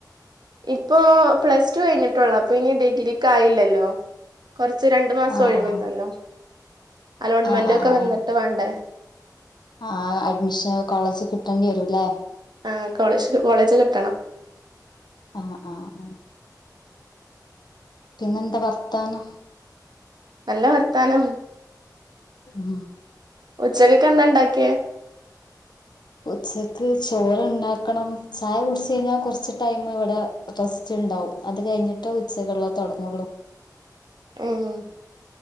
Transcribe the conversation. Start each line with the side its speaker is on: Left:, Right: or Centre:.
Right: ഇപ്പൊ പ്ലസ് ടു കഴിഞ്ഞിട്ട് ഉള്ളെത് അപ്പൊ ഇനി ഡിഗ്രിക്ക് ആയില്ലല്ലോ കൊറച്ച് രണ്ട് മാസം
Left: ആഹ്
Right: ഒഴിവുണ്ടല്ലോ
Left: ആഹ്
Right: അലോട്ട്മെന്റ്
Left: ആഹ് ആഹ്
Right: ഒക്കെ വന്നിട്ട് വേണ്ടേ
Left: ആഹ് അഡ്മിഷൻ കോളേജ് കിട്ടേണ്ടി വരുംല്ലേ..
Right: ആഹ് കോളജ് കോളേജ് കിട്ടണം..
Left: ആഹാ ആഹ് ആഹാ പിന്നെ എന്താ വർത്താനം
Right: നല്ല വർത്താനം
Left: ഉം
Right: ഉച്ചക്കക്കെ എന്താ ഉണ്ടാക്കിയേ
Left: ഉച്ചക്ക് ചോറ്ണ്ടാക്കണം ചായ കുട്ച്ചയ്ഞ്ഞാ കൊർച്ച് ടൈമ് ഇവ്ടെ റസ്റ്റ്ണ്ടാവും അത് കയ്ഞ്ഞ്ട്ടാ ഉച്ചക്ക്ള്ളത് താെടങ്ങാെള്ളു
Right: ഉം ഉം